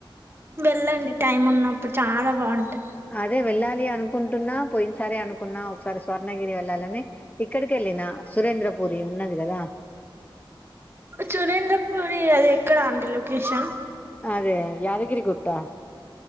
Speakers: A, on the right; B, on the left.
A: వెళ్ళండి టైమ్ ఉన్నప్పుడు చాలా బాగుంటా
B: అదే వెళ్ళాలి అనుకుంటున్నా పోయినసారి అనుకున్నా ఒకసారి స్వర్ణగిరి వెళ్ళాలని ఇక్కడికి వెళ్ళిన సురేంద్ర పూరి ఉన్నది కదా
A: చురేంద్ర పూరి అది ఎక్కడా అంటి లొకేషన్
B: అదే యాదగిరి గుట్ట